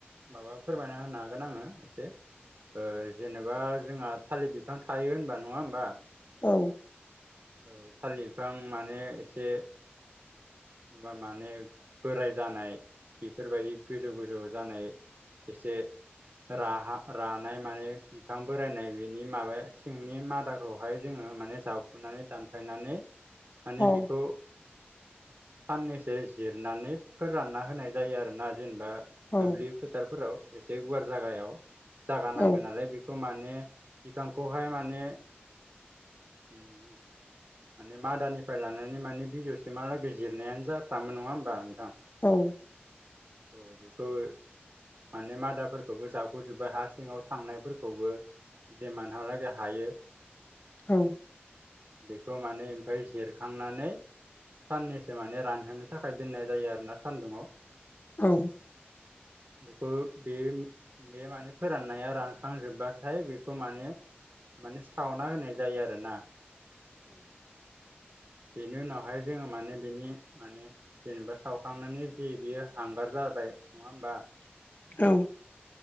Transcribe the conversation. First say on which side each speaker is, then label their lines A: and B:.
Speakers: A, on the right; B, on the left.
A: माबा फोरमायना होनो हागोन आङो एसे ओ जेनेबा जोंहा थालिर बिफां थायो होनबा नङा होमबा
B: औ
A: औ थालिर बिफां माने एसे मबा माने बोराय जानाय बेफोरबायदि गोजौ गोजौ जानाय एसे र रानाय माने बिफां बोरायनाय बिनि माबाया सिंनि मादाखौहाय जोङो माने जावफुनानै दानफायनानै माने
B: औ
A: बेखौ साननैसो जिरनानै फोरानना होनाय जायो आरो ना जेनेबा
B: औ
A: दुब्लि फोथारफोराव एसे गुवार जागायाव जागा नांगोन
B: औ
A: नालाय बेखौ मा माने बिफांखौहाय माने उम माने मादानिफ्राय लानानै माने बिजौ सिमालागै जिरनायानो जाफ्रामो नङा होमबा नोंथां।
B: औ
A: औ बेखौ माने मादाफोरखौबो जफ'जोबबाय हा सिङाव थांनायफोरखौबो जेमानहालागै हायो
B: औ
A: बेखौ माने ओमफ्राय जिरखांनानै साननै सो माने रानहोनो थाखाय दोननाय जायो आरोना सान्दुंआव
B: औ-औ-औ-औ-औ-औ-औ
A: बेखौ बे बे माने फोराननाया रानखांजोब्बाथाय बेखौ माने माने सावना होनाय जायो आरोना बेनि उनावहाय जोङो माने बिनि माने जेनेबा सावखांनानै जे बियो हांगार जाबाय नङा होमबा
B: औ